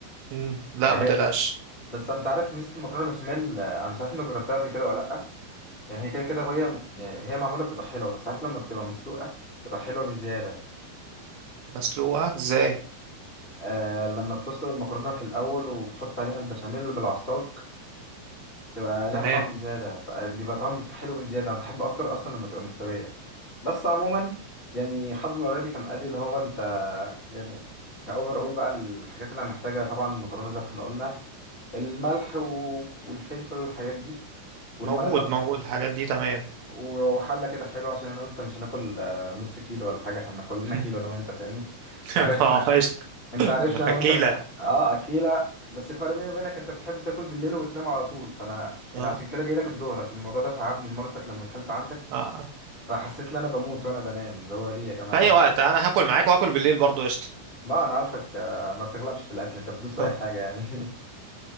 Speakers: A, on the right; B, on the left.
A: مم. لا
B: يعني
A: ما تقلقش
B: هي بس انت عارف ميزه المكرونه بشاميل آه، انا مش عارف انك جربتها قبل كده ولا لا يعني هي كده كده وهي يعني هي معموله بتبقى حلوه بس عارف لما بتبقى مسلوقه بتبقى حلوه بزياده
A: مسلوقه ازاي
B: آه لما بتسلق المكرونة في الأول وبتحط عليها البشاميل بالعصاج تبقى ليها
A: تمام
B: طعم زيادة ف- بيبقى طعم حلو بزيادة أنا بحب أكتر أصلا لما تبقى مستوية بس عموما يعني حد من قرايبي كان قال لي اللي هو أنت يعني كأوفر أول بقى الحاجات اللي هنحتاجها طبعا المكرونة زي ما احنا قلنا الملح و... والفلفل والحاجات دي والمية
A: موجود
B: طبعا
A: موجود الحاجات دي تمام
B: وحلة كده حلوة عشان أنا وأنت مش هناكل آه، نص كيلو ولا حاجة احنا كلنا كيلو
A: مم.
B: أنا وأنت فاهمني
A: <laughs>
B: تعرفنا
A: اه قشطه
B: انت عارفني انا
A: اكيله
B: وانت بنح... اه اكيلة بس الفرق بيني وبينك انت بتحب تاكل بالليل وتنام على طول فانا يعني
A: اه
B: عشان كده جاي لك الظهر عشان الموضوع ده تعبني المره اللي فاتت لما اكلت عندك
A: اه
B: فحسيت ان انا بموت وانا بنام اللي هو ليه يا جماعه
A: في
B: انا
A: اي وقت انا هاكل معاك واكل بالليل برضو قشطه
B: ما انا عارفك آه، ما بتغلبش في الاكل انت بتدوس في
A: آه.
B: اي حاجه يعني <laughs>